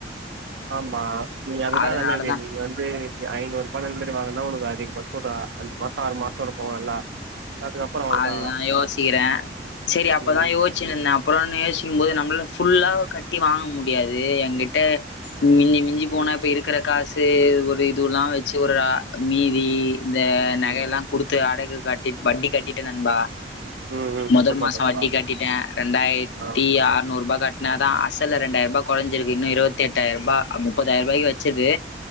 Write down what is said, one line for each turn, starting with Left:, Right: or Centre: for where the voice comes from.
Right: ஆமா நீ அதுதா
Left: அதனாலதா
Right: நல்லது நீங்க வந்து ஐநூறு ரூபானுகாட்டி வாங்குன்தா உனக்கு அதிகபட்சோ பாத்தா அஞ்சு மாசோ ஆறு மாசோ இருக்கு நல்லா அதுக்கப்புறம் அவ்ளோதான்.
Left: அதுதா யோசிக்கிறே சேரி அப்பதா
Right: ம்.
Left: யோசிச்சினுயிந்தே அப்புறோ நா யோசிக்கு போது நம்மளு ஃபுல்லா கட்டி வாங்க முடியாது எகிட்ட மிஞ்சி மிஞ்சி போனா
Right: ம்,
Left: இப்ப இருக்கற காசு ஒரு இதுவுல்லா வெச்சு ஒரு அ மீதி இந்த
Right: ம்.
Left: நகையெல்லா குடுத்து அடகு கட்டி வட்டி கட்டிட்டே நண்பா
Right: ம், ம்.
Left: முதல்
Right: சூப்பர்
Left: மாசோ
Right: நண்பா.
Left: வட்டி கட்டிட்டே ரெண்டாயிரத்தி
Right: ஆ
Left: ஆறுநூறு ரூபா கட் கட்னா தா அசல்ல ரெண்டாயிர் ரூபா கொறைஞ்சிருக்கு இன்னு இருவத்தெட்டாயிர ரூபா முப்பதாயிர ரூபாயிக்கு வெச்சது